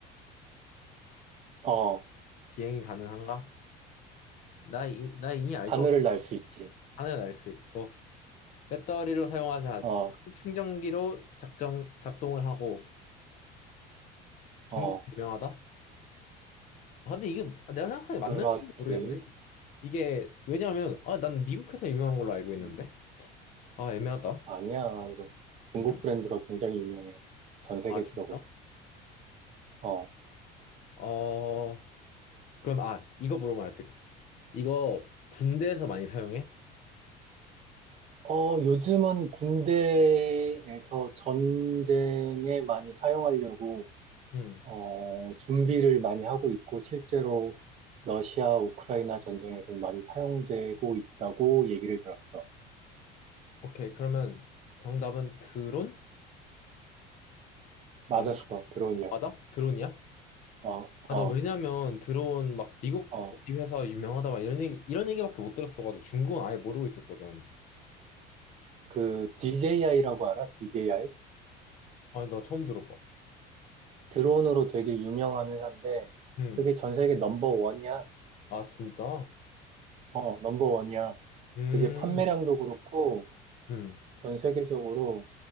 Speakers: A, on the right; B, on the left.
A: 어,
B: 비행이 가능한가? 나, 이, 나 이미 알
A: 하늘을
B: 것 같아.
A: 날 수 있지.
B: 하늘 날 수 있고 배터리로 사용하지 않지만
A: 어,
B: 충전기로 작정, 작동을 하고
A: 어,
B: 중국 유명하다? 아, 근데 이게 내가 생각하기에
A: 그렇지.
B: 맞는지 모르겠네. 이게 왜냐면 아, 난 미국 회사 유명한 걸로 알고 있는데
A: 음.
B: 아 애매하다.
A: 아니야. 이거 중국
B: 아니야?
A: 브랜드가 굉장히 유명해. 전 세계적으로.
B: 아, 진짜?
A: 어.
B: 어, 그럼, 아, 이거 물어보면 알 수 있겠다. 이거 군대에서 많이 사용해?
A: 어, 요즘은 군대에서 전쟁에 많이 사용하려고
B: 응.
A: 어, 준비를 많이 하고 있고 실제로 러시아 우크라이나 전쟁에서 많이 사용되고 있다고 얘기를 들었어.
B: 오케이, 그러면 정답은 드론?
A: 맞았어.
B: 맞나?
A: 드론이야.
B: 맞아? 드론이야?
A: 어,
B: 아,
A: 어,
B: 나 왜냐면 드론 막 미국
A: 어.
B: 어디 회사 유명하다 막 이런 얘기, 이런 얘기밖에 못 들었어가지고 중국은 아예 모르고 있었거든.
A: 그 DJI라고 알아? DJI?
B: 아니, 나 처음 들어봐.
A: 드론으로 되게 유명한 회사인데
B: 응.
A: 그게 전 세계 넘버 원이야.
B: 아, 진짜?
A: 어, 넘버원이야.
B: 음,
A: 그게 판매량도 그렇고,
B: 음,
A: 전 세계적으로,